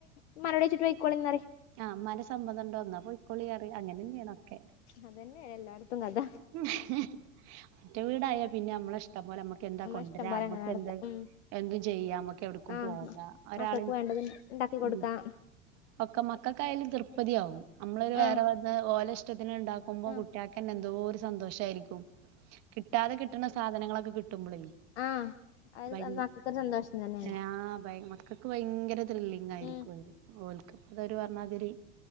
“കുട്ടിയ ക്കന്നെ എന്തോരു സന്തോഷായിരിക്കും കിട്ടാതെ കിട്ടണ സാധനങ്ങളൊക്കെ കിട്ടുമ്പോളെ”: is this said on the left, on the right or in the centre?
Right